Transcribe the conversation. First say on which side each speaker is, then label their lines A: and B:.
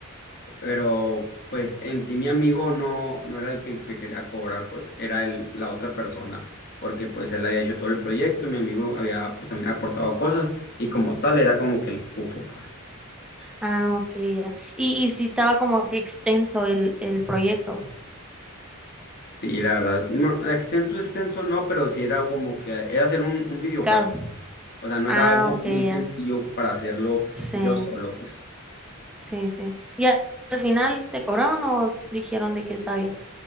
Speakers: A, on the left; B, in the centre.
A: Pero pues en sí mi amigo no, no era el que me quería cobrar, pues era el, la otra persona, porque pues él había hecho todo el proyecto, mi amigo había pues también aportado cosas y como tal era como que el cupo, pues.
B: Ah, ok, ya. Y, y sí estaba como que extenso el, el proyecto,
A: Sí, la verdad, no, extenso, extenso no, pero sí era como que era hacer un, un videojuego,
B: claro.
A: o sea, no
B: Ah,
A: era algo
B: ok, ya.
A: muy sencillo para hacerlo
B: Sí,
A: yo solo, pues.
B: sí, sí. ¿Y al al final te cobraron o dijeron de que está bien?